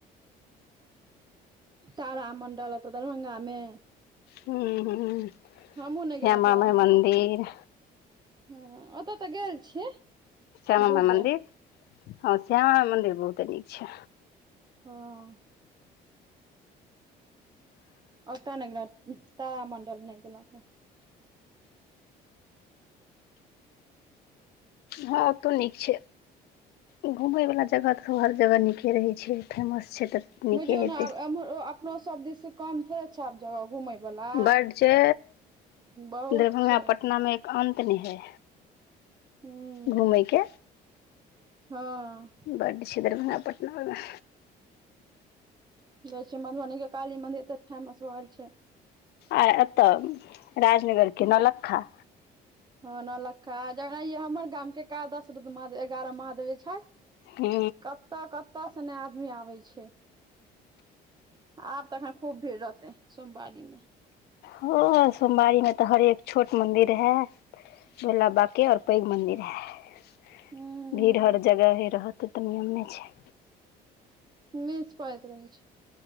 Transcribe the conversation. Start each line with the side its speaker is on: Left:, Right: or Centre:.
Right: तार मंडल ओतऽ दरभंगा मे।
Left: हँ हँ श्यामा
Right: हमहुँ नहि गेलहुँ तारा
Left: माइ
Right: मंडल
Left: मन्दिर।
Right: हँ ओतऽ तऽ गेल छियै।
Left: श्यामा
Right: दू
Left: माइ मंदिर
Right: बेर
Left: हँ श्यामा माइ मंदिर बहुते नीक छै।
Right: हँ। ओतऽ नैय गेलौ तारा मण्डल नैय गेलौ।
Left: हँ ओतौ नीक छै घूमैय वला जगह तऽ हर जगह नीके रहै छै। फेमस छै तऽ। नीके
Right: बुझियो
Left: हेतै
Right: ने आब एम्रो अपनो सब दिस से कम थोड़े अच्छा जगह घुमैय बला
Left: बड छै
Right: बहुत
Left: दरभंगा
Right: छै।
Left: पटना मे एक अन्त नैय हइ।
Right: हूँ
Left: घुमेैय के
Right: हँ
Left: बड छै दरभंगा पटना ओर मे।
Right: देखै छियै मधुबनी के काली मंदिर एते फेमस भगेल छै।
Left: आय एतऽ राजनगर के नौ लखा।
Right: हँ नौलखा <unintelligible> हमर गाम के एक दस महा- एगारह महादेवे जे छैथ।
Left: हूं
Right: कतऽ- कतऽ सँ नै आदमी आबै छै। आब तखन खूब भीड़ रहतै सोमबारी मे।
Left: हँ सोमबारी में तऽ हरेक छोट मंदिर रहे भोला बाबा के और- पैघ मन्दिर रहे
Right: हूँ
Left: भीड़ हर जगहे रहत ओतऽ नियमे छै।
Right: मिस पड़ैत रहै छै